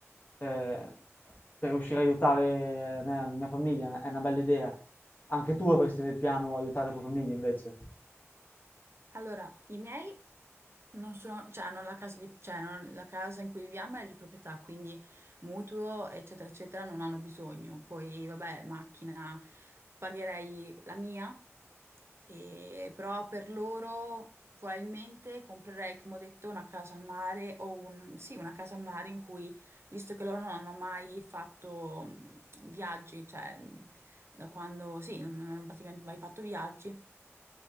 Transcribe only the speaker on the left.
eh, per riuscire a aiutare la mia, la mia famiglia, è una bella idea. Anche tu avresti nel piano aiutare la tua famiglia invece.